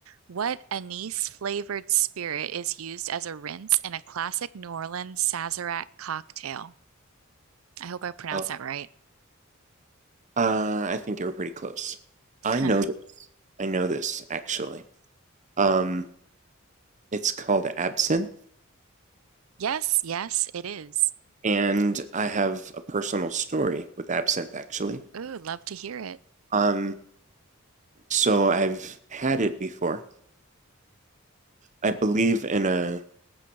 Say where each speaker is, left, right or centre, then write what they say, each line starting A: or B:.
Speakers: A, on the right; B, on the right.
A: What anise flavored spirit is used as a rinse in a classic New Orleans Sazerac cocktail? I hope I pronounced
B: Uh,
A: that right.
B: uh, I think you were pretty close.
A: <laughs>
B: I know this. I know this actually. Um, it's called absinthe,
A: Yes, yes, it is.
B: and I have a personal story with absinthe actually.
A: Ooh, love to hear it.
B: Um, so I've had it before. I believe in a